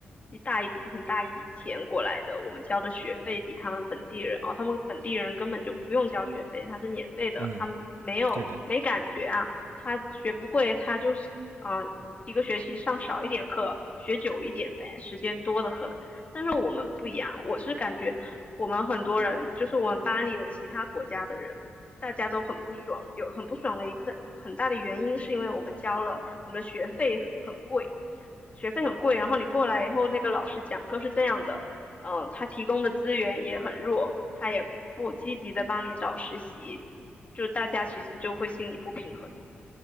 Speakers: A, on the left; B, on the right.
A: 一大一笔很大一笔钱过来的，我们交的学费比他们本地人哦，他们本地人根本就不用交学费，他是免费的，
B: 嗯，
A: 他们没有没感觉啊，
B: 对的。
A: 他学不会，他就是啊、一个学期上少一点课，学久一点呗，时间多得很。但是我们不一样，我是感觉我们很多人，就是我们班里有其他国家的人，大家都很不爽，有很不爽的一个的很大的原因是因为我们交了我们的学费很贵，学费很贵，然后你过来以后，那个老师讲课是这样的，嗯，他提供的资源也很弱，他也不积极的帮你找实习，就大家其实就会心里不平衡，